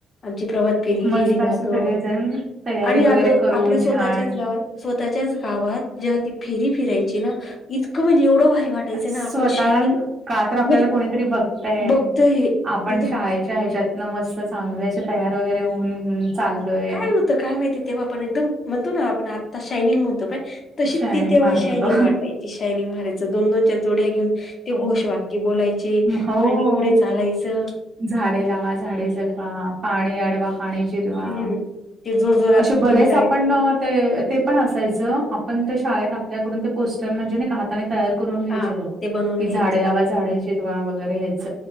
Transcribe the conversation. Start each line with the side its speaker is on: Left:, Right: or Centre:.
Left: आमची प्रव फेरी
Right: मस्त
Left: गेली ना
Right: असे
Left: अग
Right: सगळेजण तयारी
Left: आणि
Right: वगैरे
Left: अगं
Right: करून
Left: आपल्या स्वतःच्याच
Right: छान
Left: गावात स्वतःच्याच गावात जेव्हा ती फेरी फिरायची ना. इतकं म्हणजे एवढं भारी वाटयचं
Right: स्वतःला
Left: ना आपण शायनिंग
Right: का तर आपल्याला
Left: म्हणजे
Right: कोणीतरी बघतय..
Left: बघतोय हे
Right: आपण
Left: म्हणजे
Right: शाळेच्या ह्याच्यात. न मस्त चांगलं याचे तयार वगैरे होऊन.. चाललोय.
Left: काय होतं काय माहिती तेव्हा आपण एकदम म्हणतो ना आपण आत्ता शायनिंग म्हणतोय. तशीच
Right: शायनिंग
Left: ती तेव्हा
Right: मारत
Left: शयनिंग
Right: होतो
Left: वाटायची शयनिंग मरत. दोन दोनच्या जोड्या घेऊन ते घोष वाक्य बोलायचे
Right: हो
Left: आणि पुढे चालायचं.
Right: झाडे लावा झाडे जगवा पाणी अडवा पाणी जी गवा
Left: हम्म ते जोर जोरात
Right: असे बरेच
Left: किंचाळ्या
Right: आपण
Left: करते
Right: ते. ते पण असायचं आपण ते शाळेत आपल्याकडून ते पोस्टर म्हणजे. नाही का? तयार करून घ्यायचे
Left: हा
Right: बघ
Left: ते बनवून
Right: कि
Left: घ्यायचे
Right: झाडे लावा झाडे जिरवा वगैरे ह्याच